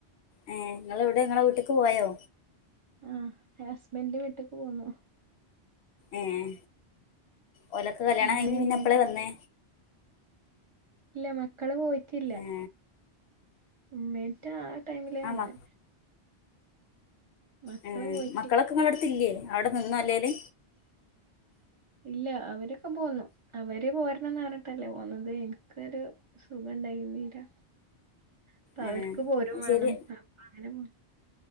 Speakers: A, on the left; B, on the right.
A: ഏഹ് ങ്ങള് എവടെ ങ്ങളെ വീട്ട്ക്ക് പോയോ
B: ആഹ് ഹസ്ബന്റ് വീട്ട്ക്ക് പോന്നു
A: ഏഹ് ഓലൊക്കെ കല്യാണം
B: ഇന്നലെ
A: കഴിഞ്ഞ് പിന്നെ
B: ഈവനിങ്
A: എപ്പളേ വന്ന്
B: ഇല്ല മക്കള് പോയിട്ടില്ല
A: ഉം
B: ഉമ്മീറ്റ ആ ടൈമിലേ
A: ആ
B: വന്നെ
A: മ
B: മക്കള്
A: ഉം
B: പോയിട്ടില്ല
A: മക്കളൊക്കെ നിങ്ങളുടെ അടുത്ത് ഇല്ലേ അവിടെ നിന്നോ അല്ലേല്
B: ഇല്ല അവരൊക്കെ പോന്നു അവര് പോരണംന്ന് പററിഞ്ഞട്ടല്ലേ പോന്നുന്നത് ഇൻക്കൊരു സുഖം ഉണ്ടായിന്നീരാ അപ്പൊ
A: ഏ
B: അവർക്ക് പോരും വേണം
A: ശരി
B: അപ്പ അങ്ങനെ പോന്ന്